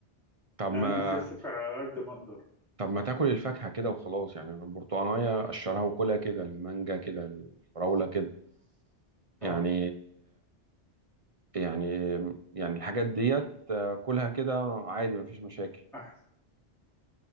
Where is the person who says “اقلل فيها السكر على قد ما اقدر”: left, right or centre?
Centre